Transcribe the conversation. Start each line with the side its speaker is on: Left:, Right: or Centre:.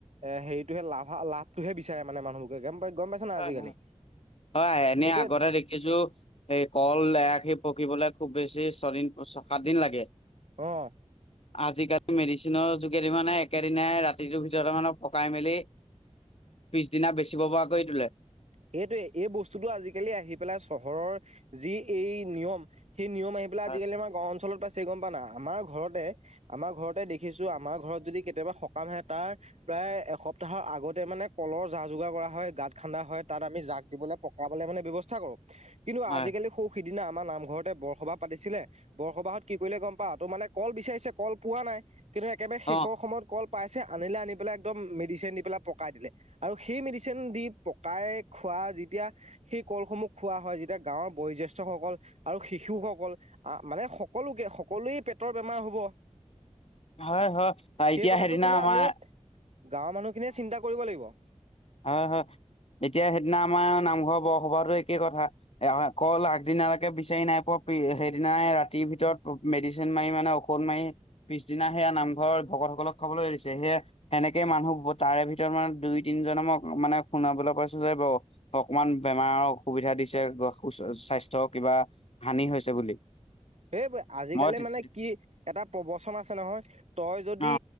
Right: এ হেৰিটোহে লাভ লাভটোহে বিচাৰে মানে মানুহবোৰকে গম পাই গম পাইছ নাই
Left: হয়
Right: আজিকালি।
Left: হয় হয় এনে
Right: সেইটোৱে
Left: আগতে দেখিছো এই কল এৰাশি পকিবলৈ। খুব বেছি ছয়দিন সাত দিন লাগে।
Right: আহ
Left: আজিকালি মেডিচিনৰ যোগেদি মানে একেদিনাই ৰাতিটোৰ ভিতৰতে মানে পকাই মেলি পিছদিনা বেচিব পৰা কৰি তোলে।
Right: সেইটোৱে এই বস্তুটো আজিকালি আহি পেলাই চহৰৰ যি এই নিয়ম। সেই নিয়ম আহি পেলাই
Left: হয়
Right: আজিকালি আমাৰ গাঁৱৰ অঞ্চলত পাছ- ছে গম পা না আমাৰ ঘৰতে আমাৰ ঘৰতে দেখিছো আমাৰ ঘৰত যদি কেতিয়াবা সকাম আহে তাৰ। প্ৰায় এসপ্তাহৰ আগতে মানে কলৰ যা যোগাৰ কৰা হয় গাঁত খান্দা হয়। তাত আমি জাক দিবলৈ পকাবলে মানে ব্যৱস্থা কৰো কিন্তু
Left: হয়
Right: আজিকালি সৌ। সিদিনা আমাৰ নামঘৰতে বৰসবাহ পাতিছিলে। বৰসবাহত কি কৰিলে গম পা তোৰ মানে কল বিচাৰিছে কল পোৱা নাই কিন্তু একেবাৰে
Left: অ
Right: শেষৰ সময়ত কল পাইছে আনিলে আনি পেলাই একদম মেডিচিন দি পেলাই পকাই দিলে আৰু সেই মেডিচিন দি পকাই খোৱা যেতিয়া সেই কলসমূহ খোৱা হয় যেতিয়া গাঁৱৰ বয়োজ্যেষ্ঠসকল আৰু শিশুসকল আ মানে সকলোকে -সকলোৱে পেটৰ বেমাৰ হব
Left: হয় -হয়
Right: সেই
Left: এতিয়া
Right: কথাটো
Left: সেইদিনা
Right: কিন্তু
Left: আমাৰ
Right: আমি গাঁৱৰ মানুহখিনিয়ে চিন্তা কৰিব লাগিব।
Left: অ', -হা এতিয়া সেইদিনা আমাৰ নামঘৰৰ বৰসভাতো একেই কথা কল আগদিনালৈকে বিচাৰি নাই পোৱা সেইদিনাই ৰাতিৰ ভিতৰত মেডিচিন মাৰি মানে ঔষধ মাৰি পিছদিনা সেয়া নামঘৰ ভ সকলক খাবলৈ দিছে সেয়ে সেনেকে মানহ তাৰে ভিতৰত মানে দুই - তিন ক মানে শুনাবলৈ পাইছো যে ব অকনমান বেমাৰৰ অসুবিধা দিছে স্বাস্থ্য স্বাস্থ্য কিবা হানি হৈছে বুলি।
Right: এই আজিকালি
Left: মই তে-
Right: মানে কি এটা প্ৰবচন আছে নহয় তই যদি
Left: অ